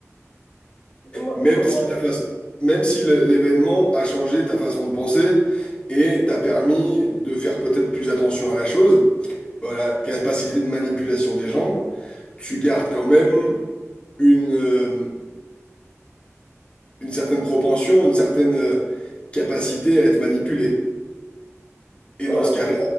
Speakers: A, on the left; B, on the left.
A: Moi,
B: même
A: moi-
B: si ta façon, même si le- l'événement a changé ta façon de penser et t'a permis de faire peut-être plus attention à la chose, voilà, capacité de manipulation des gens tu gardes quand même une, euh, une certaine propension, une certaine euh, capacité à être manipulé. Et
A: moi-
B: dans ce cas-là,